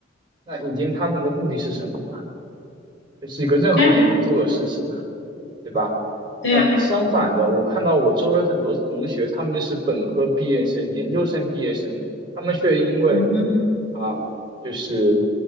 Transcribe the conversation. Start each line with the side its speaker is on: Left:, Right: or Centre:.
Right: 那引进他们的目的是什么呢？这是一个任何人都能做的事情啊，
Left: 对呀，
Right: 对吧？
Left: 对呀，
Right: 那相反的，
Left: 嗯
Right: 我看到我周围很多同学，他们是本科毕业生、研究生毕业生，他们却因为
Left: 嗯哼，
Right: 啊，就是